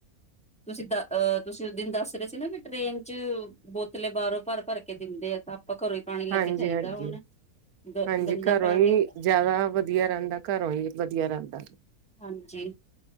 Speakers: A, in the centre; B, on the right.
A: ਤੁਸੀਂ ਦ ਅਹ ਤੁਸੀਂ ਉਸ ਦਿਨ ਦੱਸ ਰੇ ਸੀ ਨਾ ਵੀ ਟ੍ਰੇਨ ਚ ਬੋਤਲੇ ਬਾਹਰੋਂ ਭਰ ਭਰ ਕੇ ਦਿੰਦੇ ਆ ਤਾਂ ਆਪਾਂ ਘਰੋਂ ਹੀ ਪਾਣੀ ਲੈ
B: ਹਾਂਜੀ
A: ਕੇ ਜਾਈਦਾ
B: ਹਾਂਜੀ
A: ਹੁਣ ਗ
B: ਹਾਂਜੀ
A: ਗੰਦਾ
B: ਘਰੋਂ
A: ਪਾਣੀ
B: ਹੀ
A: ਹੁੰਦਾ
B: ਜਿਆਦਾ ਵਧੀਆ ਰਹਿੰਦਾ ਘਰੋਂ ਹੀ ਵਧੀਆ <unintelligible>
A: ਹਾਂਜੀ